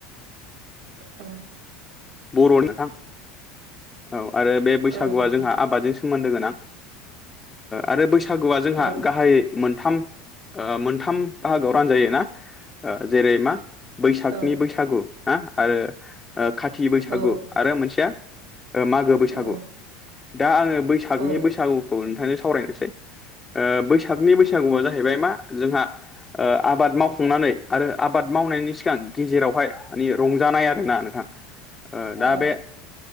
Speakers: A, on the right; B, on the left.
A: अ
B: बर' नोंथां औ आरो बे बैसागुआ
A: औ नोंथां
B: जोंहा आबादजों सोमोन्दोगोन आं आरो बैसागुआ जोंहा
A: औ
B: गाहाय मोनथाम मोनथाम बाहागोआव रानजायो ना जेरै मा बैसागनि
A: औ
B: बैसागु हा आरो खाथि बैसागु
A: औ
B: आरो मोनसेया मागो बैसागु
A: औ औ
B: दा आङो बैसागनि
A: औ
B: बैसागुखौ नोंथांनो सावरायनोसै बैसाग नि बैसागुआ जाहैबाय मा जोंहा। आबाद मावखांनानै आरो आबाद मावनायनि सिगां गेजेरावहाय माने रंजानाय आरोना नोंथां दा
A: औ
B: बे